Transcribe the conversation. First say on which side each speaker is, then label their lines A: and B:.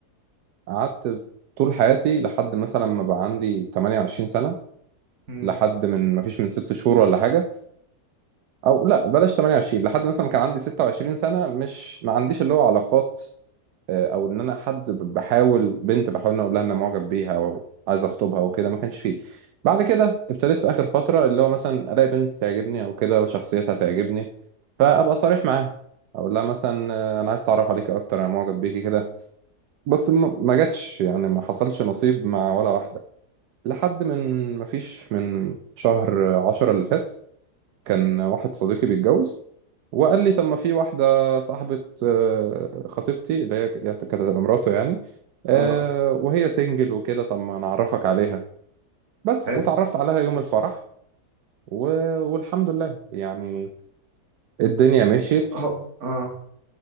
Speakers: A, on the right; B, on the right.
A: قعدت طول حياتي لحد مثلا ما بقى عندي 28 سنه
B: مم.
A: لحد من ما فيش من ست شهور ولا حاجه او لا بلاش 28 لحد مثلا ما كان عندي 26 سنه مش ما عنديش اللي هو علاقات آه، او ان انا حد ب- بحاول بنت بحاول إن أنا اقول لها ان أنا معجب بيها او عايز اخطبها او كده ما كانش فيه بعد كده ابتديت في اخر فتره اللي هو مثلا الاقي بنت تعجبني او كده شخصيتها تعجبني فابقى صريح معاها اقول لها مثلا آه، انا عايز اتعرف عليكي اكتر انا معجب بيكي كده بس ما ما جاتش يعني ما حصلش نصيب مع ولا واحده لحد من ما فيش من شهر عشرة اللي فات كان واحد صديقي بيتجوز وقال لي طب ما في واحدة صاحبة آه، خطيبتي اللي هي كانت هتبقى مراته يعني آه،
B: اه
A: وهي سنجل وكده طب ما نعرفك عليها بس
B: حلو
A: وتعرفت عليها يوم الفرح و... والحمد لله يعني الدنيا مشيت
B: هو اه